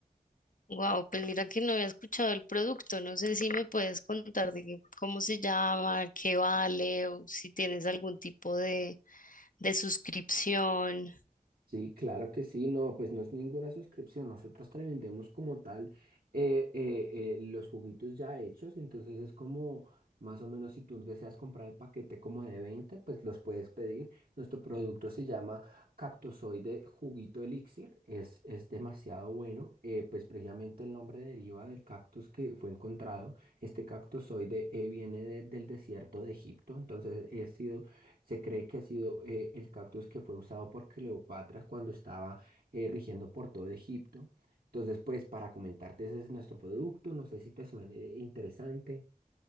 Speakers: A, on the left; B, on the right.
A: Wow, pues mira que no había escuchado el producto, no sé si me puedes contar de qué- cómo se llama, qué vale, o si tienes algún tipo de, de suscripción.
B: Sí, claro que sí, no, pues no es ninguna suscripción, nosotros te vendemos como tal eh, eh, eh, los juguitos ya hechos, entonces es como más o menos si tú deseas comprar el paquete como de 20, pues los puedes pedir. Nuestro producto se llama Cactozoide Juguito Elixir, es, es demasiado bueno, eh, pues precisamente el nombre deriva del cactus que fue encontrado. Este cactozoide eh, viene de- del desierto de Egipto, entonces ha sido se cree que ha sido eh, el cactus que fue usado por Cleopatra cuando estaba eh, rigiendo por todo Egipto. Entonces, pues para comentarte, ese es nuestro producto. No sé si te suene interesante.